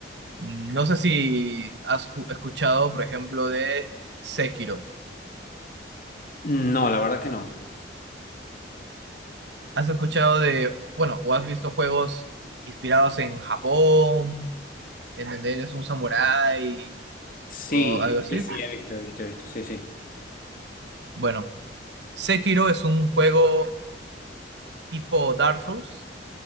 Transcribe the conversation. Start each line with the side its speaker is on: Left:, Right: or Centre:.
Right: No sé si has ju- escuchado, por ejemplo, de Sekiro.
Left: No, la verdad que no.
Right: ¿Has escuchado de, bueno, o has visto juegos inspirados en Japón, en donde eres un samurái
Left: Sí,
Right: o algo así?
Left: sí, sí, he visto, he visto, he visto. Sí, sí.
Right: Bueno, Sekiro es un juego tipo Dark Souls,